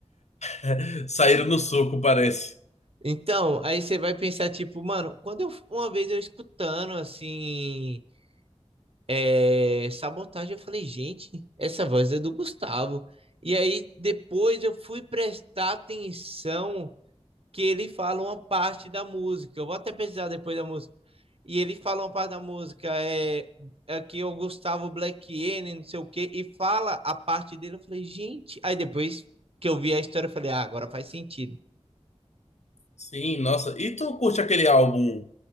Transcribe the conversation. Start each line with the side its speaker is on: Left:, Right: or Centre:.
Left: <laughs> saíram no soco, parece.
Right: Então, aí você vai pensar, tipo, mano, quando eu, uma vez eu escutando, assim, é, Sabotagem, eu falei, gente, essa voz é do Gustavo. E aí, depois eu fui prestar atenção que ele fala uma parte da música. Eu vou até pesquisar depois da música. E ele fala uma parte da música, é, é que o Gustavo Black N, não sei o quê, e fala a parte dele. Eu falei, gente. Aí depois que eu vi a história, eu falei, ah, agora faz sentido.
Left: Sim, nossa. E tu curte aquele álbum